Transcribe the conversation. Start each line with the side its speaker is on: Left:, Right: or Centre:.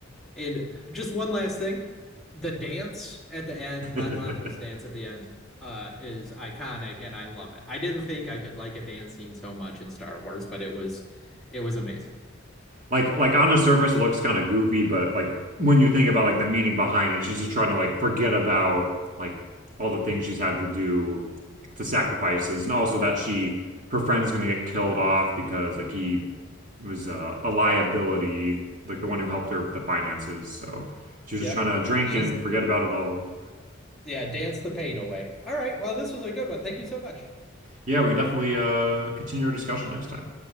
Centre: And just one last thing, the dance at the end,
Right: <laughs>
Centre: Mon Mothma's dance at the end, uh, is iconic, and I love it. I didn't think I could like a dance scene so much in Star Wars, but it was it was amazing.
Right: like like on the surface it looks kind of goofy, but like when you think about like the meaning behind it, she's just trying to like forget about like all the things she's had to do, like, the sacrifices, and also that she her friend's gonna get killed off because like he was uh, a liability, like the one who helped her with the finances. So she's
Centre: Yep.
Right: just trying to drink
Centre: She's
Right: and forget about it all.
Centre: yeah, dance the pain away. All right. Well, this was a good one. Thank you so much.
Right: Yeah, we can definitely uh, continue our discussion next time.